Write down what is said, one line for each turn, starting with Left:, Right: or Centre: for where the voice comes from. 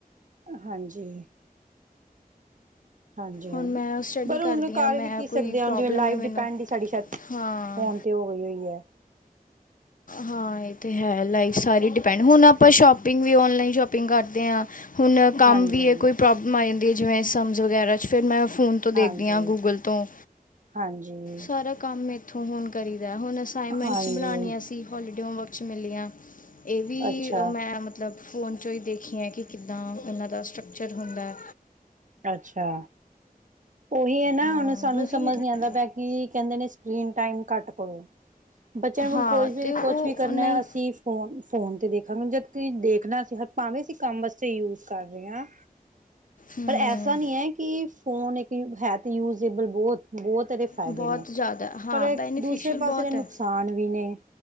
Right: ਹਾਂਜੀ। ਹਾਂਜੀ
Left: ਹੁਣ
Right: ਹਾਂ,
Left: ਮੈਂ ਸਟੱਡੀ
Right: ਪਰ
Left: ਕਰਦੀ
Right: ਹੁਣ ਕਰ
Left: ਆ ਮੈਂ
Right: ਵੀ ਕੀ
Left: ਕੋਈ
Right: ਸਕਦੇ ਆ
Left: ਪ੍ਰੋਬਲਮ
Right: ਜਿਵੇਂ ਲਾਈਫ
Left: ਹੈ ਮੈਨੂੰ
Right: ਡਿਪੈਂਡ ਸਾਡੀ ਸ਼ਾਇਦ ਫੋਨ,
Left: ਹਾਂ
Right: ਤੇ ਹੋਈ ਉਈ ਐ।
Left: ਹਾਂ ਇਹ ਤੇ ਹੈ, ਲਾਈਫ ਸਾਰੇ ਡਿਪੈਂਡ, ਹੁਣ ਆਪਾਂ ਸ਼ੋਪਿੰਗ ਵੀ ਓਨਲਾਈਨ ਸ਼ੋਪਿੰਗ ਕਰਦੇ ਆ। ਹੁਣ ਕੰਮ
Right: ਹਾਂਜੀ
Left: ਵੀ ਐ, ਕੋਈ ਪ੍ਰੋਬਲਮ ਆ ਜਾਂਦੀ ਐ ਜਿਵੇਂ ਸਮਜ਼ ਵਗੈਰਾ 'ਚ ਫਿਰ ਮੈਂ ਫੋਨ ਤੋਂ ਦੇਖਦੀ
Right: ਹਾਂਜੀ
Left: ਹਾਂ, ਗੂਗਲ ਤੋਂ।
Right: ਹਾਂਜੀ
Left: ਸਾਰਾ ਕੰਮ ਇੱਥੋਂ ਹੁਣ ਕਰੀਦਾ, ਹੁਣ ਅਸਾਈਨਮੈਂਟਸ
Right: ਹਾਂਜੀ
Left: ਬਣਾਉਣੀਆਂ ਸੀ, ਹੋਲੀਡੇ ਹੋਮਵਰਕ 'ਚ ਮਿਲੀਆਂ। ਇਹ ਵੀ
Right: ਅੱਛਾ
Left: ਮੈਂ ਮਤ ਮਤਲਬ ਫੋਨ ਚੋਂ ਹੀ ਦੇਖੀਏ, ਕਿ ਕਿੱਦਾਂ ਇਹਨਾਂ ਦਾ ਸਟਰਕਚਰ ਹੁੰਦਾ?
Right: ਅੱਛਾ। ਉਹੀ ਹੈ ਨਾ,
Left: ਹਾਂ
Right: ਹੁਣ ਸਾਨੂੰ
Left: ਬਸ ਮਤਲਬ
Right: ਸਮਝ ਨੀ ਆਂਦਾ ਪਿਆ, ਕੀ ਕਹਿੰਦੇ ਨੇ, ਸਕਰੀਨ ਟਾਈਮ ਘੱਟ ਕਰੋ। ਬੱਚਿਆਂ ਨੂੰ
Left: ਹਾਂ
Right: ਹੁਣ ਕੋਈ ਵੀ
Left: ਤੇ ਉਹ
Right: ਕੁਛ ਵੀ ਕਰਨਾ
Left: ਨਹੀਂ
Right: ਅਸੀਂ ਫੋਨ ਫੋ ਤੇ ਦੇਖਾਂਗੇ, ਜਦਕ ਦੇਖਣਾ ਅਸੀਂ ਹਰ ਭਾਵੇਂ ਅਸੀਂ ਕੰਮ ਵਾਸਤੇ ਯੂਜ ਕਰ ਰਹੇ ਹਾਂ।
Left: ਹਮ,
Right: ਪਰ ਐਸਾ ਨਹੀਂ ਹੈ ਕਿ ਫੋਨ ਇੱਕ ਹੈ ਤਾਂ ਯੂਜੇਬਲ ਬਹੁਤ- ਬਹੁਤ ਏਦੇ ਫਾ ਫਾਇਦੇ
Left: ਬਹੁਤ
Right: ਨੇ,
Left: ਜ਼ਿਆਦਾ ਹਾਂ
Right: ਪਰ
Left: ਬੈਨੀਫੀਸ਼ੀਅਲ
Right: ਦੂਸਰੇ ਪਾਸੇ
Left: ਬਹੁਤ
Right: ਨੇ ਨੁਕਸਾਨ
Left: ਹੈ
Right: ਵੀ ਨੇ।